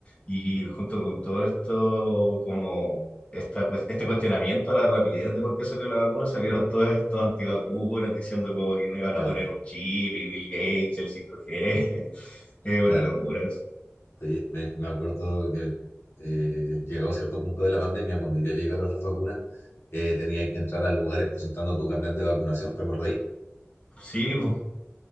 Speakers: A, on the left; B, on the left.
A: Y junto con todo esto, como esta cues- este cuestionamiento a la rapidez de por qué salió la vacuna, salieron todos estos antivacunas diciendo como que no iban
B: Claro,
A: a poner un chip y Bill Gates, el 5G. <laughs> Es una
B: claro.
A: locura eso.
B: Oye, me, me acuerdo que eh, llegado a cierto punto de la pandemia, cuando ya llegaron las vacunas, eh, tenía que entrar a lugares presentando tu carnet de vacunación, ¿te acordáis?
A: Sí, pues,